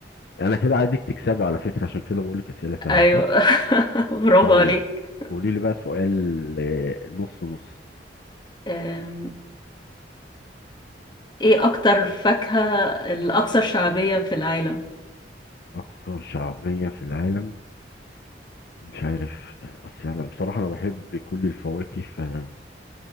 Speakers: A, on the left; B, on the left.
A: انا كده عايزك تكسبي على فكره عشان كده بقول لك اسئله سهله
B: ايوه
A: صح
B: <laughs> برافو
A: طيب
B: عليك
A: قولي لي بقى سؤال آه، نص نص
B: أم، ايه اكتر فاكهة الاكثر شعبية في العالم
A: اكثر شعبيه في العالم مش عارف اصل انا بصراحه انا بحب كل الفواكه فاكتر